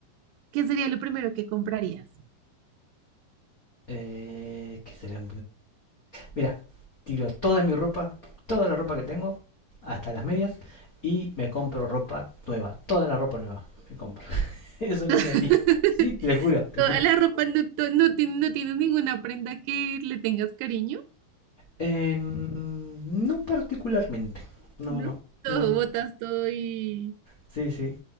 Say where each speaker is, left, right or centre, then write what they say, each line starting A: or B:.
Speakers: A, on the right (about 90°); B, on the left (about 70°).
A: ¿qué sería lo primero que comprarías?
B: eh, ¿Qué sería? Mira, tiro toda mi ropa, toda la ropa que tengo, hasta las medias, y me compro ropa nueva, toda la ropa nueva me compro. <laughs> Eso es
A: <laughs>
B: lo que haría. Sí, te juro, te
A: Toda
B: juro.
A: la ropa, no, to- no ti- no tienes ninguna prenda que le tengas cariño.
B: Eh, no particularmente. No,
A: ¿no?
B: no,
A: Todo,
B: no, no.
A: botas todo y...
B: Sí, sí.